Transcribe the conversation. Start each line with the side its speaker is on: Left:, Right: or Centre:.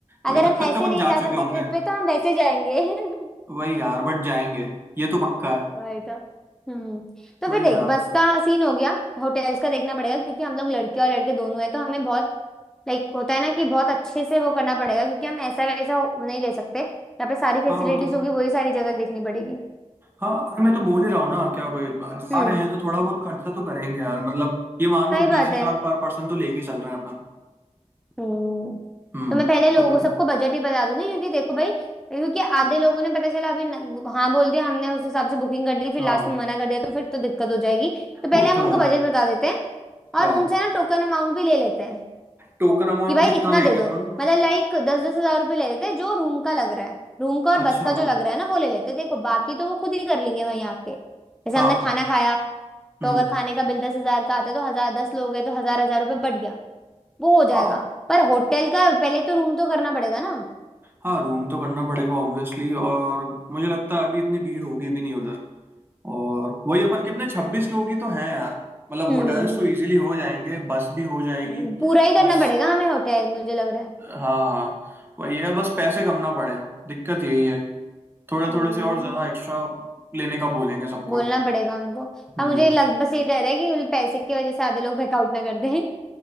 Right: वही
Centre: अगर
Right: तब
Centre: हम
Right: तक
Centre: ऐसे
Right: तो अपन
Centre: नहीं
Right: जा
Centre: जा
Right: चुके
Centre: सकते
Right: होंगे
Centre: ट्रिप पे तो हम वैसे जाएंगे <laughs>
Right: वही यार बट जाएंगे ये तो पक्का है
Centre: वही तो हम्म तो
Right: वही
Centre: फिर देख
Right: यार
Centre: बस का सीन हो गया होटल्स का देखना पड़ेगा क्योंकि हम लोग लड़के और लड़के दोनों हैं तो हमें बहुत लाइक होता है ना कि बहुत अच्छे से वो करना पड़ेगा क्योंकि हम ऐसा वैसा हो- नहीं ले सकते यहाँ पे सारी फैसिलिटीज
Right: हाँ वो तो
Centre: होगी वही सारी जगह देखनी पड़ेगी
Right: हाँ अरे मैं तो बोल ही रहा हूँ ना क्या वही जा
Centre: हम्म
Right: रहे हैं तो थोड़ा बहुत खर्चा तो करेंगे यार मतलब ये मान लो
Centre: सही बात
Right: बीस हजार
Centre: है
Right: पर पर्सन तो लेके चल रहे हैं अपन
Centre: हम्म
Right: हम्म
Centre: तो मैं पहले लोगों
Right: अपन
Centre: सबको बजट ही बता दूंगी क्योंकि देखो भाई क्योंकि आधे लोगों ने पता चला अभी न- हाँ बोल दिया हमने उस हिसाब से बुकिंग कर दी फिर
Right: हाँ
Centre: लास्ट में मना कर दिया तो फिर तो दिक्कत हो जाएगी तो पहले
Right: वो
Centre: हम
Right: तो
Centre: उनको
Right: है
Centre: बजट बता देते हैं
Right: हाँ
Centre: और उनसे ना टोकन अमाउंट भी ले लेते हैं
Right: टोकन अमाउंट
Centre: कि भाई
Right: कितना
Centre: इतना
Right: लेंगे
Centre: दे दो
Right: अपन
Centre: मतलब लाइक दस दस हजार रुपये ले लेते हैं जो रूम का लग रहा है रूम का और बस
Right: अच्छा
Centre: का जो लग रहा है ना वो ले लेते हैं देखो बाकी तो वो खुद ही कर लेंगे वहीं आके जैसे
Right: हाँ
Centre: हमने खाना खाया
Right: हम्म
Centre: तो अगर खाने का बिल दस हजार का आता है तो हजार दस लोग हैं तो हजार हजार रुपये बढ़ गया वो हो
Right: हाँ
Centre: जाएगा पर होटल का पहले तो रूम तो करना पड़ेगा ना
Right: हाँ रूम तो करना पड़ेगा ऑब्वियसली और मुझे लगता
Centre: हम्म
Right: है अभी इतनी भीड़ होगी भी नहीं उधर और वही अपन कितने छब्बीस लोग ही तो हैं यार मतलब
Centre: हम्म
Right: होटल्स तो इजीली हो जाएंगे बस भी हो जाएगी
Centre: हम्म, पूरा ही करना
Right: बस
Centre: पड़ेगा हमें होटल मुझे लग रहा है
Right: हाँ हाँ वही है बस पैसे कम ना पड़े दिक्कत यही है थोड़े
Centre: हम्म
Right: थोड़े से और ज्यादा एक्स्ट्रा लेने का बोलेंगे सबको
Centre: बोलना पड़ेगा उनको हाँ
Right: हम्म
Centre: मुझे लग बस ये डर है कि उन पैसे की वजह से आधे लोग बैकआउट ना कर दें <laughs>